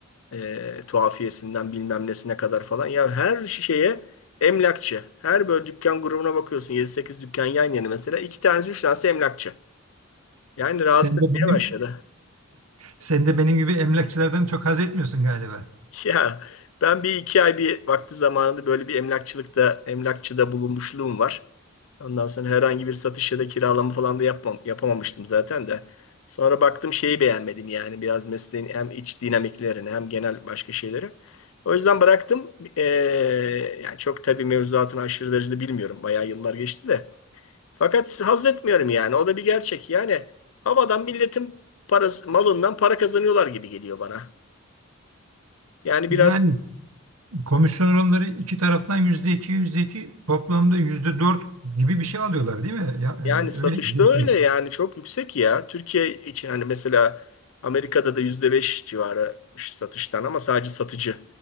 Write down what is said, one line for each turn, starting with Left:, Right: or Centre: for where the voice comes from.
Left: E, tuhafiyesinden bilmem nesine kadar falan. Ya her şeye emlakçı. Her böyle dükkan grubuna bakıyorsun yedi sekiz dükkan yan yana mesela iki tanesi üç tanesi emlakçı. Yani rahatsız
Right: Sen
Left: etmeye
Right: de benim,
Left: başladı.
Right: sen de benim gibi emlakçılardan çok haz etmiyorsun galiba.
Left: <laughs> Ya ben bir iki ay bir vakti zamanında böyle bir emlakçılıkta, emlakçıda bulunmuşluğum var. Ondan sonra herhangi bir satış ya da kiralama falan da yapmam, yapamamıştım zaten de. Sonra baktım şeyi beğenmedim yani biraz mesleğin hem iç dinamiklerini hem genel başka şeyleri. O yüzden bıraktım. Ee, yani çok tabii mevzuatını aşırı derecede bilmiyorum. Bayağı yıllar geçti de. Fakat haz etmiyorum yani. O da bir gerçek. Yani havadan milletin parası, malından para kazanıyorlar gibi geliyor bana. Yani
Right: Yani
Left: biraz
Right: komisyon oranları iki taraftan yüzde iki, yüzde iki toplamda yüzde dört gibi bir şey alıyorlar değil mi? Ya, e,
Left: Yani satışta
Right: öyle bir
Left: öyle
Right: şey.
Left: yani çok yüksek ya. Türkiye için hani mesela Amerika'da da %5 civarı satıştan ama sadece satıcı